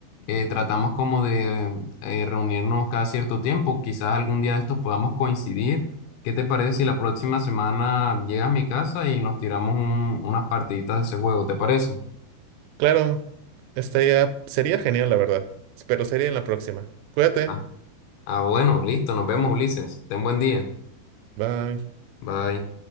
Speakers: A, on the left; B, on the right.
A: Eh, tratamos como de eh, reunirnos cada cierto tiempo. Quizás algún día de estos podamos coincidir. ¿Qué te parece si la próxima semana llegas a mi casa y nos tiramos un- unas partiditas de ese juego? ¿Te parece?
B: Claro, estaría, sería genial, la verdad. Pero sería en la próxima. Cuídate.
A: Ah, ah, bueno, listo. Nos vemos, Ulises. Ten buen día.
B: Bye.
A: Bye.